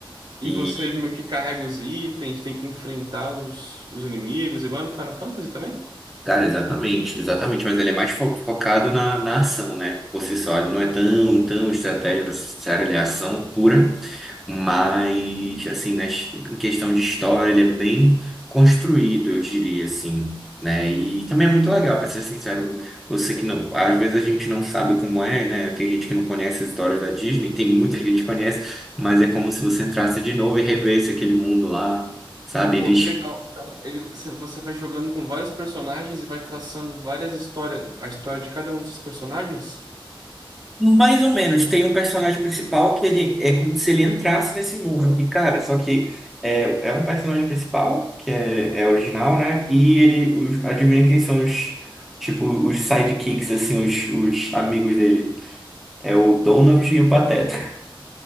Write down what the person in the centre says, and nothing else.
E
Cara, exatamente, exatamente, mas ele é mais fo- focado na, na ação, né? Por si só, ele não é tão, tão estratégia para ser ele é ação pura, mas, assim, né, em questão de história, ele é bem construído, eu diria, assim, né? E também é muito legal, para ser sincero, você que não, às vezes a gente não sabe como é, né? Tem gente que não conhece as histórias da Disney, tem muita gente que conhece, mas é como se você entrasse de novo e revesse aquele mundo lá, sabe?
Eles
Mais ou menos. Tem um personagem principal que ele é como se ele entrasse nesse mundo. E, cara, só que é, é um personagem principal, que é, é original, né? E ele, os, adivinha quem são os, tipo, os sidekicks, assim, os, os amigos dele. É o Donald e o Pateta.